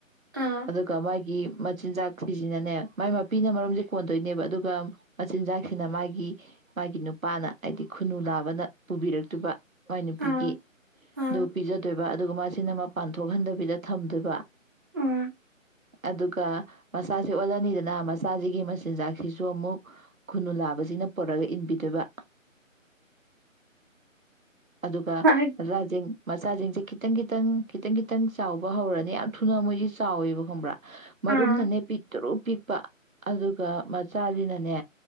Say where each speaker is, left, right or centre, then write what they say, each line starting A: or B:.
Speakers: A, on the right (about 15°); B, on the right (about 80°).
A: ꯑꯥ
B: ꯑꯗꯨꯒ ꯃꯥꯒꯤ ꯃꯆꯤꯟꯖꯥꯛ ꯤꯁꯤꯅꯅꯦ ꯃꯥꯏ ꯃꯄꯤꯅ ꯃꯔꯝꯗꯤ ꯀꯣꯟꯗꯣꯏꯅꯦꯕ ꯑꯗꯨꯒ ꯃꯆꯤꯟꯖꯥꯛꯁꯤꯅ ꯃꯥꯒꯤ ꯃꯥꯒꯤ ꯅꯨꯄꯥꯅ ꯍꯥꯏꯗꯤ ꯈꯨꯅꯨ ꯅꯥꯕꯅ ꯄꯨꯕꯤꯔꯛꯇꯕ ꯃꯥꯏ ꯅꯨꯄꯤꯒꯤ
A: ꯑꯥ ꯑꯥ
B: ꯑꯗꯨ ꯄꯤꯖꯗꯣꯏꯕ ꯑꯗꯨꯒ ꯃꯥ ꯁꯤꯅ ꯃꯄꯥꯟ ꯊꯣꯛꯍꯟꯗꯕꯤꯗ ꯊꯝꯗꯣꯏꯕ
A: ꯑꯥ
B: ꯑꯗꯨꯒ ꯃꯆꯥꯁꯤ ꯑꯣꯜꯂꯅꯤꯗꯅ ꯃꯆꯥꯁꯤꯒꯤ ꯃꯆꯤꯟꯖꯥꯛꯁꯤꯁꯨ ꯑꯃꯨꯛ ꯈꯨꯅꯨ ꯂꯥꯕꯁꯤꯅ ꯄꯨꯔꯒ ꯏꯟꯕꯤꯗꯕ ꯑꯗꯨꯒ
A: ꯍꯥꯏ-
B: ꯔꯥꯁꯤꯡ ꯃꯆꯥꯁꯤꯡꯁꯦ ꯈꯤꯇꯪ ꯈꯤꯇꯪ ꯈꯤꯇꯪ ꯈꯤꯇꯪ ꯆꯥꯎꯕ ꯍꯧꯔꯅꯤ ꯌꯥꯝ ꯊꯨꯅ ꯃꯣꯏꯗꯤ ꯆꯥꯎꯋꯦꯕ ꯈꯪꯕ꯭ꯔꯥ ꯃꯔꯨꯝꯅꯅꯦ
A: ꯑꯥ
B: ꯄꯤ ꯇꯔꯨ ꯄꯤꯛꯄ ꯑꯗꯨꯒ ꯃꯆꯥꯗꯤꯅꯅꯦ